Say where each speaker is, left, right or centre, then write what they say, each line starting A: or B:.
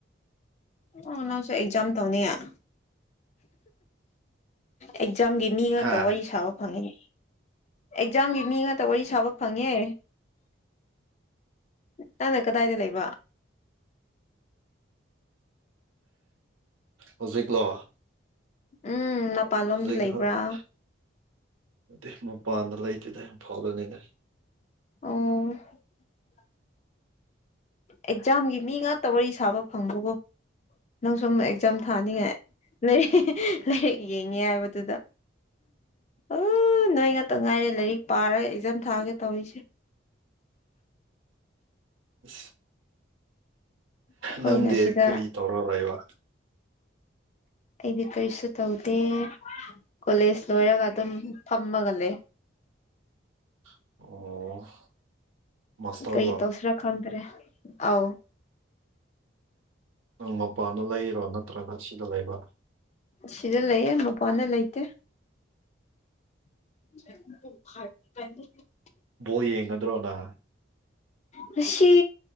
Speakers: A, on the left; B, on the right.
A: ꯑꯣ ꯅꯪꯁꯨ ꯑꯦꯛꯖꯝ ꯇꯧꯅꯤ ꯉꯥꯏ ꯑꯦꯛꯖꯥꯝꯒꯤ ꯃꯤ ꯉꯥꯛꯇ
B: ꯍꯥ
A: ꯋꯥꯔꯤ ꯁꯥꯕ ꯐꯪꯉꯤ ꯑꯦꯛꯖꯥꯝꯒꯤ ꯃꯤ ꯉꯥꯛꯇ ꯋꯥꯔꯤ ꯁꯥꯕ ꯐꯪꯉꯦ ꯅꯪꯅ ꯀꯗꯥꯏꯗ ꯂꯩꯕ
B: ꯍꯧꯖꯤꯛꯂꯣ
A: ꯎꯝ ꯃꯄꯥꯟꯂꯣꯝꯗ
B: ꯍꯧꯖꯤꯛꯗꯤ
A: ꯂꯩꯕ꯭ꯔꯥ
B: ꯃꯄꯥꯟꯗ ꯂꯩꯇꯦꯗ ꯐꯂꯣꯅꯦꯗ
A: ꯑꯣ ꯑꯦꯛꯖꯥꯝꯒꯤ ꯃꯤ ꯉꯥꯛꯇ ꯋꯥꯔꯤ ꯁꯥꯕ ꯐꯪꯕꯀꯣ ꯅꯪ ꯁ ꯑꯃ ꯑꯦꯛꯖꯥꯝ ꯊꯥꯅꯤꯡꯉꯥꯏ ꯂꯩ ꯂꯩꯔꯛꯑꯦ ꯉꯦ ꯍꯥꯏꯕꯗꯨꯗ ꯎ ꯅꯣꯏ ꯉꯥꯛꯇ ꯉꯥꯏꯔꯦ ꯂꯥꯏꯔꯤꯛ ꯄꯥꯔꯒ ꯑꯦꯛꯖꯝ ꯊꯥꯒꯦ ꯇꯧꯔꯤꯁꯦ
B: ꯑ
A: ꯑꯩꯈꯣꯏꯅ
B: ꯅꯪꯗꯤ
A: ꯁꯤꯗ
B: ꯀꯔꯤ ꯇꯧꯔ ꯂꯩꯕ
A: ꯑꯩꯗꯤ ꯀꯩꯁꯨꯁꯨ ꯇꯧꯗꯦ ꯀꯣꯂꯦꯖ ꯂꯣꯏꯔꯒ ꯑꯗꯨꯝ ꯐꯝꯃꯒꯅꯦ
B: ꯑꯣ ꯃꯥꯁꯇꯔꯂꯣ
A: ꯀꯩ ꯇꯧ ꯁꯤꯔꯈꯪ ꯔꯦ ꯑꯥꯎ
B: ꯅꯪ ꯃꯄꯥꯅ ꯂꯩꯔꯣ ꯅꯠꯇ꯭ꯔꯒ ꯁꯤꯗ ꯂꯩꯕ
A: ꯁꯤꯗ ꯂꯩꯌꯦ ꯃꯄꯥꯟꯅ ꯂꯩꯇꯦ ꯥꯏ
B: ꯕꯣ ꯌꯦꯡꯒꯗ꯭ꯔꯣꯅ
A: ꯉ ꯑꯁ